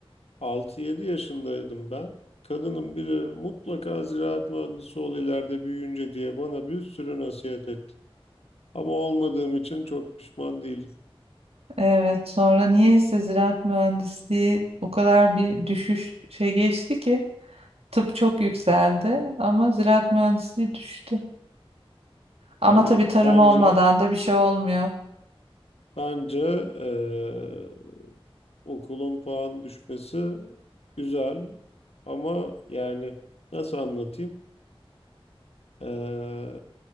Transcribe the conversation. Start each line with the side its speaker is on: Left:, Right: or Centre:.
Left: Altı yedi yaşındaydım ben. Kadının biri mutlaka ziraat mühendisi ol ileride büyüyünce diye bana bir sürü nasihat etti. Ama olmadığım için çok pişman değilim.
Right: Evet. Sonra niyeyse ziraat mühendisliği o kadar bir düşüş şey geçti ki. Tıp çok yükseldi ama ziraat mühendisliği düştü. Ama
Left: Yani
Right: tabii tarım
Left: bence
Right: olmadan da bir şey olmuyor.
Left: bence eee, okulun puan düşmesi güzel ama yani nasıl anlatayım? Eee,